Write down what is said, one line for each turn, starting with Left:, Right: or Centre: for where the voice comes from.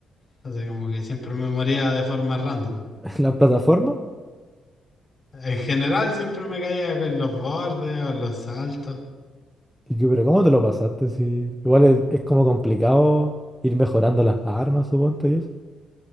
Left: Así como que siempre me moría de forma random.
Centre: <laughs> ¿La plataforma?
Left: En general siempre me caía en los bordes o en los saltos.
Centre: Y yo, pero ¿cómo te lo pasaste? Si igual es, es como complicado ir mejorando las armas, suponte y eso.